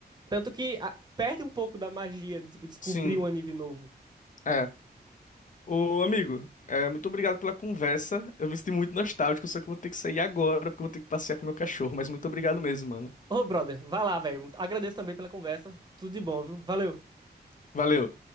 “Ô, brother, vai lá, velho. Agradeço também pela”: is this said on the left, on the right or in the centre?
Right